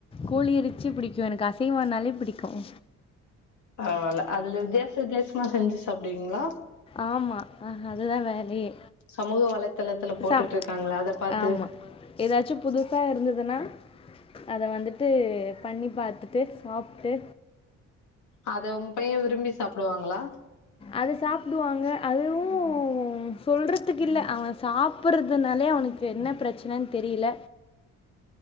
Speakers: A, on the left; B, on the left.
A: கோழி இரைச்சு பிடிக்கும் எனக்கு அசைவம்னாலே பிடிக்கும்
B: பரவால அதுல வித்தியாச வித்தியாசமா செஞ்சுச்சு சாப்பிடுவீங்களா
A: ஆமா ஆஹ் அதுதான் வேலயே
B: சமூக வலைத்தளத்துல போட்டுட்டு
A: ச
B: இருக்காங்கள அத பாத்து
A: ஆமா ஏதாச்சும் புதுசா இருந்துதுன்னா அத வந்துட்டு பண்ணி பாத்துட்டு சாப்பிட்டு
B: அத உங்க பையன் விரும்பி சாப்பிடுவாங்களா
A: அது சாப்பிடுவாங்க அதுவும் அதுவும் சொல்றதுக்கு இல்ல அவன் சாப்பறதுனாலே அவனுக்கு என்ன பிரச்சனன்னு தெரில